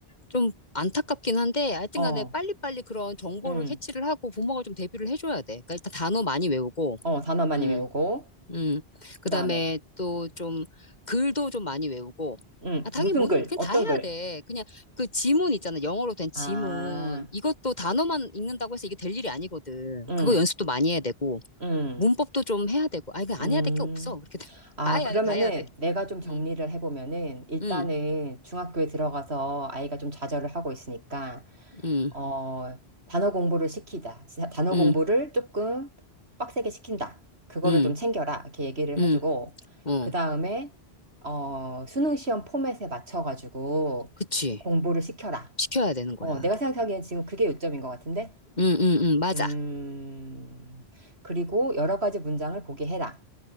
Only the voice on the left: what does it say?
좀 안타깝긴 한데 하여튼
간에 빨리빨리 그런 정보를
캐치를 하고 부모가 좀 대비를 해줘야 돼. 그러니까 일단 단어 많이 외우고,
음,
음.
그다음에
또 좀 글도 좀 많이 외우고.
아, 당연히
모든
것도 그냥
다 해야
돼. 그냥 그 지문 있잖아. 영어로 된
지문. 이것도 단어만 읽는다고 해서 이게 될 일이 아니거든.
그거 연습도 많이 해야 되고,
문법도 좀 해야 되고. 아니, 그안
해야 될 게 없어. 그렇게 되면 <laughs>
다 해야
돼, 다 해야 돼.
음,
음,
음,
음,
음,
음,
어,
그치.
시켜야 되는 거야.
응, 응, 응, 맞아.